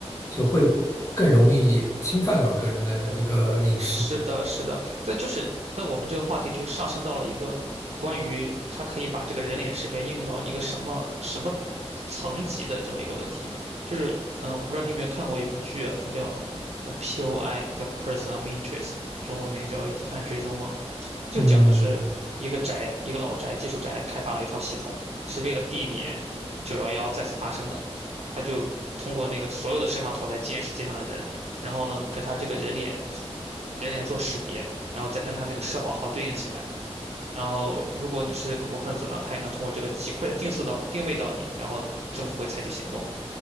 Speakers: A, on the left (about 25°); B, on the right (about 70°).
A: 就会更容易侵犯到个人的一个隐私。
B: 是的，是的，但就是但我们这个话题就上升到了一个关于它可以把这个人脸识别应用到一个什么什么层级的这么一个问题。就是，嗯、我不知道你有没有看过一部剧啊，它叫呃 POI，叫 Person of Interest，中文名叫疑犯追踪嘛。它就讲的是一个宅，
A: 嗯，
B: 一个老宅，技术宅开发了一套系统，是为了避免九幺幺再次发生的。他就通过那个所有的摄像头来监视街上的人，然后呢，给他这个人脸人脸做识别，然后再跟他那个社保号对应起来。然后，如果你是恐怖分子呢，他也能通过这个极快的定速到定位到你，然后政府会采取行动。